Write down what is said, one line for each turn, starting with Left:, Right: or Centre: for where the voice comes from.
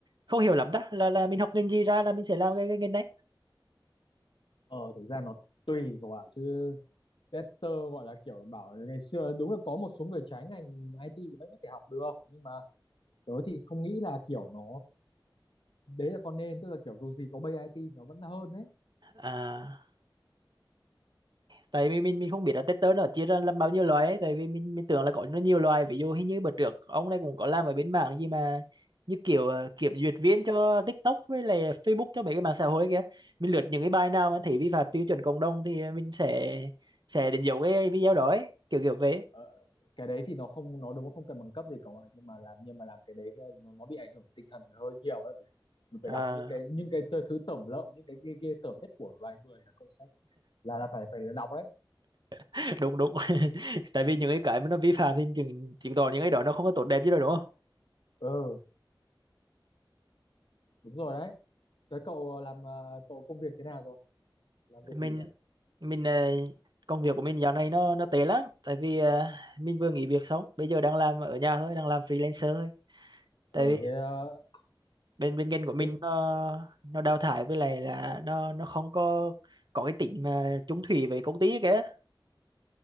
Right: không hiểu lắm đó là là mình học ngành gì ra là mình sẽ làm cái, cái ngành đấy
Left: ờ thực ra nó tùy các bạn chứ Dexter gọi là kiểu bảo là ngày xưa đúng là có một số người trái ngành IT thì vẫn có thể học được nhưng mà tớ thì không nghĩ là kiểu nó đấy là con nên tức là kiểu dù gì có bay IT nó vẫn hơn đấy
Right: à tại vì mình mình không biết là tester nó chia ra làm bao nhiêu loại ấy tại vì mình mình tưởng là có nó nhiều loại ví dụ hình như bữa trước ông này cũng có làm ở bên mảng gì mà như kiểu ờ, kiểm duyệt viên cho TikTok với lại Facebook cho mấy cái mạng xã hội kia mình lượt những cái bài nào mà thấy vi phạm tiêu chuẩn cộng đồng thì mình sẽ sẽ đánh dấu cái video đó ấy, kiểu kiểu vậy
Left: ờ, cái đấy thì nó không nó đúng là không cần bằng cấp gì cả bạn, nhưng mà làm nhưng mà làm cái đấy ờ, nó, nó bị ảnh hưởng tinh thần hơi nhiều đấy Bởi- mình
Right: Ờ,
Left: phải đọc những cái những cái tơ- thứ tởm lợm những cái ghê ghê tởm nhất của loài người là cậu sẽ là, là phải phải đọc đấy
Right: <laughs> đúng đúng <laughs> tại vì những cái cái mà nó vi phạm thì chứng chứng tỏ những cái đó nó không có tốt đẹp gì đâu đúng
Left: ừ đúng rồi đấy thế cậu làm ờ, cậu công việc thế nào rồi làm việc
Right: mình
Left: gì nhỉ
Right: mình ờ, công việc của mình dạo này nó nó tệ lắm tại vì ờ, mình vừa nghỉ việc xong bây giờ đang làm ở nhà thôi đang làm freelancer thôi
Left: ờ
Right: tại vì
Left: thế ờ,
Right: bên bên kênh của mình
Left: thế
Right: nó nó đào thải với lại là nó nó không có có cái tính mà chung thủy với công ty kìa